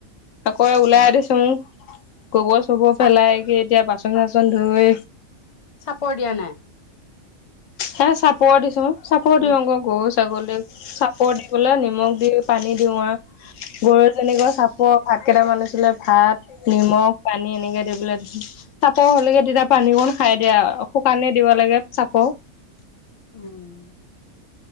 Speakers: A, on the left; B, on the left.
A: আকৌ এ ওলাই দিচুং গোবৰ চোবৰ
B: চাপ
A: পেলাই কি এতিয়া বাচন চাচন ধুই।
B: চাপৰ দিয়া নাই।
A: হে চাপৰ দিছোং চাপৰ
B: উম
A: দিওঁগৈ গৰু ছাগলীক। চাপৰ দিবলে নিমখ- দি পানী দিওঁ আ। গৰু জনীকো চাপৰ ভাত কেইটামান আছিলে ভাত- নিমখ পানী এনেকে দি পেলাই দিছোং। চাপৰ হলেগে তেতিয়া পানীকণ খাই দিয়া শুকানে দিব লাগে চাপৰ।
B: উম'